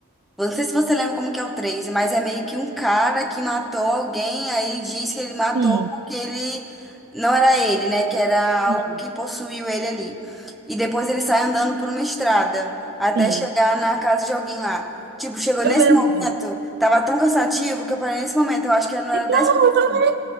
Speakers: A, in the centre; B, on the right.
A: Não sei se você lembra como que é o três mas é meio que um cara que matou alguém, aí ele diz que ele matou
B: Sim,
A: porque ele não era ele, né? Que era algo
B: entendi.
A: que possuiu ele ali. E depois ele sai andando por uma estrada até
B: sim,
A: chegar na casa de alguém lá. Tipo, chegou
B: eu
A: nesse
B: lembro
A: momento,
B: disso.
A: tava tão cansativo que eu parei nesse momento. Eu acho que não
B: Então,
A: era dez minutos
B: eu também...